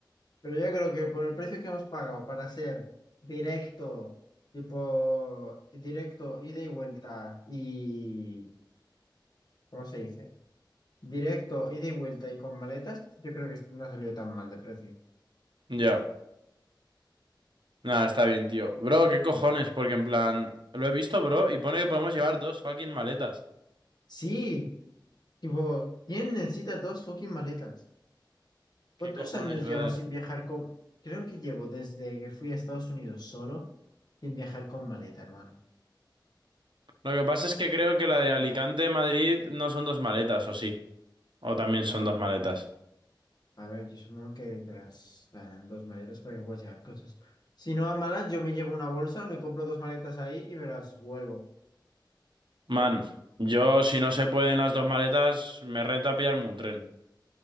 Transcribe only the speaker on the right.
Ya. Nada, está bien, tío. Bro, ¿qué cojones? Porque en plan, lo he visto, bro, y pone que podemos llevar dos fucking maletas.
¿Qué cojones,
brother?
Lo que pasa es que creo que la de Alicante-Madrid no son dos maletas, ¿o sí? O también son dos maletas.
Man, yo si no se pueden las dos maletas, me renta pillarme un tren.